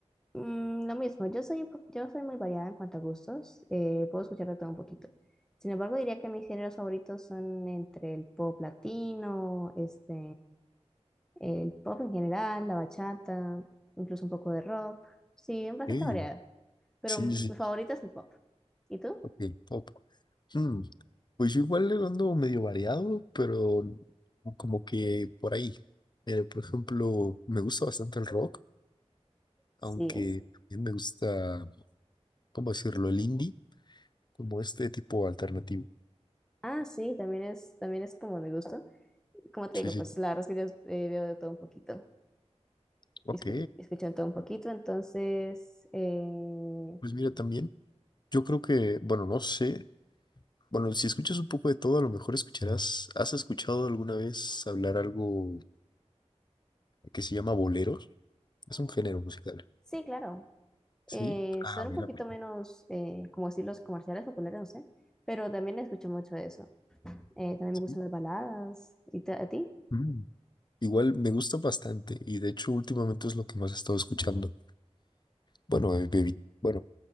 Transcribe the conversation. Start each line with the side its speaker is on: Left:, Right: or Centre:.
Centre: Mm, lo mismo, yo soy, un po- yo soy muy variada en cuanto a gustos, eh, puedo escuchar de todo un poquito. Sin embargo, diría que mis géneros favoritos son entre el pop latino, este, el pop en general, la bachata, incluso un poco de rock. Sí, bastante
Left: Ey,
Centre: variado, pero
Left: sí,
Centre: mm,
Left: sí,
Centre: mi favorita es el pop. ¿Y tú?
Left: ok, pop. Hmm, Pues yo igual le ando medio variado, pero como que por ahí. Eh, por ejemplo, me gusta bastante el rock,
Centre: Sí.
Left: aunque también me gusta, ¿cómo decirlo? El indie, como este tipo alternativo.
Centre: Ah, sí, también es, también es como mi gusto. Como te
Left: Sí,
Centre: digo,
Left: sí,
Centre: pues la verdad es que yo eh, veo de todo un poquito,
Left: ok.
Centre: escu- escucho de todo un poquito, entonces... eh,
Left: Pues mira, también yo creo que, bueno, no sé, Bueno, si escuchas un poco de todo, a lo mejor escucharás, ¿has escuchado alguna vez hablar algo que se llama boleros? Es un género musical,
Centre: Sí, claro.
Left: ¿sí?
Centre: eh,
Left: Ah,
Centre: son un
Left: mira,
Centre: poquito
Left: pues.
Centre: menos, eh, como decir, los comerciales populares, no sé, pero también escucho mucho de eso. Eh, también
Left: Sí.
Centre: me gustan las baladas. ¿Y te- a ti?
Left: Mm. Igual me gusta bastante y de hecho últimamente es lo que más he estado escuchando. Bueno, eh, evi- bueno,